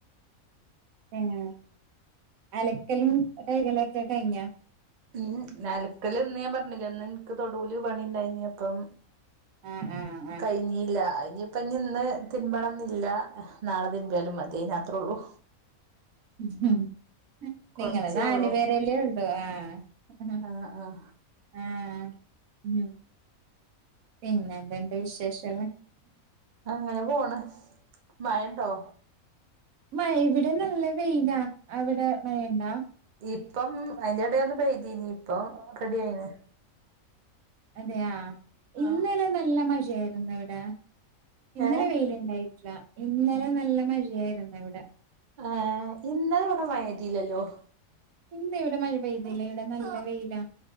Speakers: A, on the right; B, on the right.
A: ആഹ് അലക്കലും കൈകലൊക്ക കയ്ഞ്ഞ
B: ഉം അൽക്കല് ന്ന് ഞാ പറഞ്ല്ലേ ന്ന് ഇന്ക്ക് തൊട്ടൂല് പണിണ്ടായിനി അപ്പം
A: ആഹ് ആഹ്
B: കയ്ഞ്ഞീല്ല അയ്നി ഇപ്പഞ് ഇന്ന് തിര്പണം ന്നില്ല നാള തിര്‌ പാലും മതി അയ്നാത്രള്ളു
A: ഉം നിങ്ങള്
B: കൊറച്ചേ
A: നാല്
B: ഒള്ളൂ
A: പേരെല്ലേ ഒള്ളോ ആഹ്
B: ആഹ് ആഹ്
A: ആഹ് ഉം പിന്നെന്ത്ണ്ട് വിശേഷേള്
B: അങ്ങന പോണ് മയണ്ടോ
A: മഴ ഇവിടെ നല്ല വൈലാ അവിടെ മഴ ഇണ്ടാ
B: ഇപ്പം അയ്ന്റെ എടേ ഒന്ന് പെയ്തീനി ഇപ്പം റെഡി ആയിന്
A: അതെയാ ഇന്നലെ
B: ആഹ്
A: നല്ല മഴആരുന്നു ഇവടെ ഇന്നലെ
B: ഏഹ്
A: വൈലിണ്ടായി ഇന്നലെ നല്ല മഴയാരുന്നു ഇവ്ടെ
B: ഏ ഇന്നല ഇപട മയ എയ്തീലല്ലോ
A: ഇന്ന് ഇവിടെ മഴ പെയ്തില്ല ഇവിടെ നല്ല വൈലാ